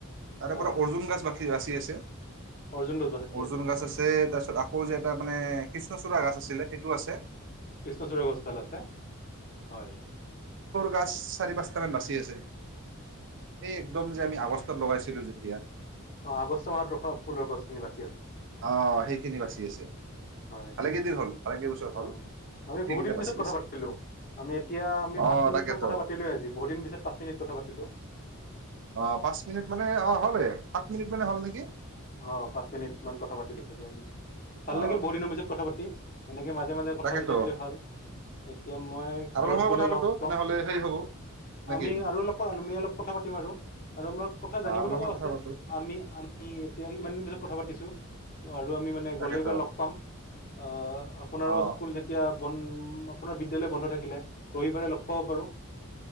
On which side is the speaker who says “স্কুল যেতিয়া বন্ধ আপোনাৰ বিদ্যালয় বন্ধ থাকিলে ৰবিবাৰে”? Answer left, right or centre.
Left